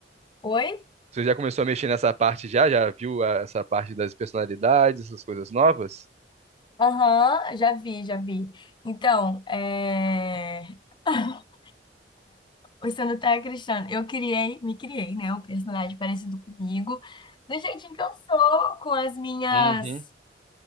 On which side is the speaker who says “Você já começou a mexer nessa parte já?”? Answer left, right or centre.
Right